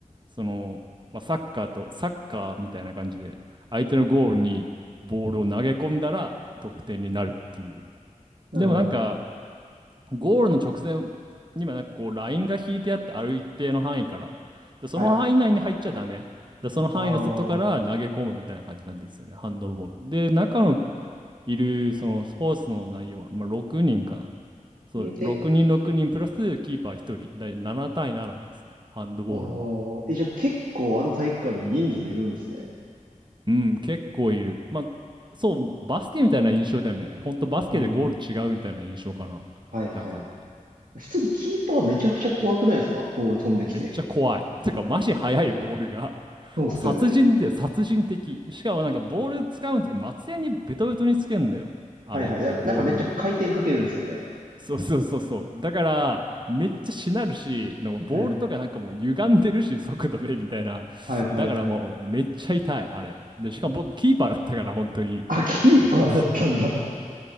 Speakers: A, on the right; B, on the right.
A: その、まあ、サッカーと、サッカーみたいな感じで、相手のゴールにボールを投げ込んだら得点になるっていう。
B: なるほど、
A: でもなんか、
B: なるほど。
A: ゴールの直前にはなんかこう、ラインが引いてあって、ある一定の範囲から、で、その範囲内に入っちゃダメ。
B: はい。
A: で、その範囲の外から投げ込むみたいな感じなんですよね、
B: あー。
A: ハンドボール。で、中のいる、そのスポーツの内容は、まあ、6人かな。そう、
B: んえ、
A: 6人6人プラスキーパー1人、だい7対7ですね、ハンドボールは。
B: あー。え、じゃあ結構あの体育館に人数いるんですね。
A: うん、結構いる。まあ、そう、バスケみたいな印象だよね。ほんとバスケでゴール違うみたいな印象かな。
B: うん。はいはい。
A: だから、
B: 普通にキーパーめちゃくちゃ怖くないですかボール飛んできて。
A: いや、めっちゃ怖い。てか、マジ速いボールが。
B: そうっすよね。
A: 殺人で殺人的。しかもなんかボール使うとき、松屋にベトベトにつけんのよ。あれってボールに。
B: はいはい。な、なんかめっちゃ回転かけるんですよね。
A: そうそうそうそう。だから、めっちゃしなるし、なんかボールとかなんかもう歪んでるし、
B: はい
A: 速度でみたいな。
B: はいはいはい。
A: だからもうめっちゃ痛い、あれ。で、しかも僕キーパーだったから、本当に。
B: あ、キーパーだったんだ。
A: <laughs>